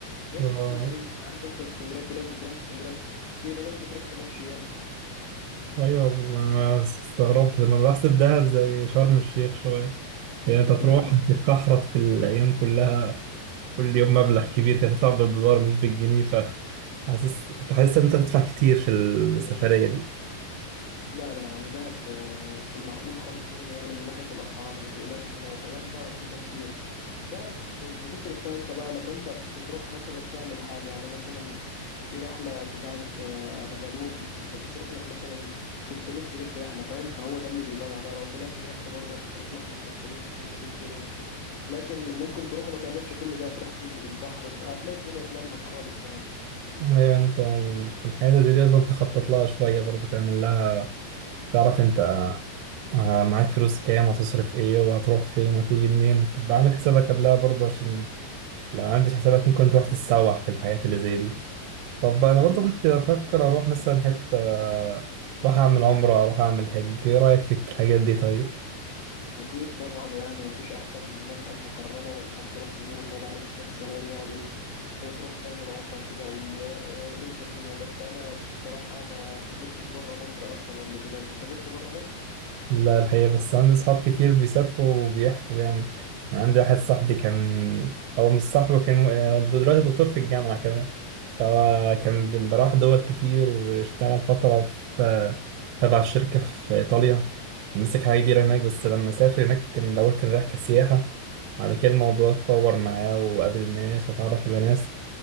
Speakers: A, on the left; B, on the right.
A: زي
B: <laughs>
A: اسكندريه
B: آه،
A: عارف انت اسكندريه في ناس بتروح اسكندريه تصرف كتير وناس بتروح تمشي ياما
B: أيوة ما أنا استغربت لما بحسب دهب زي شرم الشيخ شوية يعني أنت تروح
A: لا لا
B: تتكحرط في الأيام كلها كل يوم مبلغ كبير كانت تطلع بالدولار مش بالجنيه ف حاسس كنت حاسس إن أنت تدفع كتير في السفرية دي
A: لا لا يا عم دهب آه، في المعقول خالص منه يعني من ناحيه الاسعار ما تقلقش منها وكمان فيها انشطه كتير دهب بتصرف فيها امتى بقى لما انت بتروح مثلا تعمل حاجه يعني مثلا في رحله بتاعت آه، ابو جالوم بتصرف لك مثلا 600 جنيه في رحله فاهم فهو ده اللي بيضيع بقى لو طلعت اليخت برضه هتصرف لك من 600 ل 800 جنيه لكن ممكن تروح وما تعملش كل ده تروح تنزل البحر وبتاع هتلاقي الدنيا اتلمت خالص يعني
B: ايوه انت في الحاجات اللي زي دي لازم تخطط لها شويه برضه تعمل لها تعرف انت آه، معاك فلوس كام وهتصرف ايه وهتروح فين وتيجي منين تبقى عامل حسابك قبلها برضه عشان لو ما عملتش حسابك ممكن تروح تتسوح في الحاجات اللي زي دي طب انا برضه
A: بص
B: كنت بفكر اروح مثلا حته آه، اروح اعمل عمره اروح اعمل حج ايه رايك في الحاجات دي طيب
A: أكيد طبعا يعني مفيش أحسن من مكة المكرمة وإنك تروح تزور النبي عليه الصلاة والسلام يعني و- وتروح تعمل عمرة كده وتنسى الدنيا بس أنا بصراحة ما سافرتش بره مصر أصلا قبل كده أنت سافرت بره مصر؟
B: لا الحقيقة بس عندي أصحاب كتير بيسافروا وبيحكوا يعني أنا عندي واحد صاحبي كان هو مش صاحبي هو كان يعني دلوقتي دكتور في الجامعة كمان فهو كان بن- راح دول كتير واشتغل فترة في تبع الشركة في إيطاليا ومسك حاجة كبيرة هناك بس لما سافر هناك كان الأول كان رايح كسياحة وبعد كده الموضوع اتطور معاه وقابل ناس وتعرف على ناس